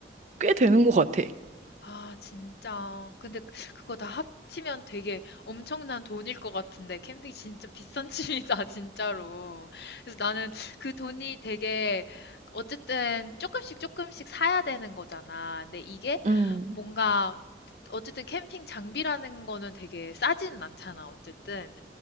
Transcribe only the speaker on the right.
꽤 되는 것 같아.
음,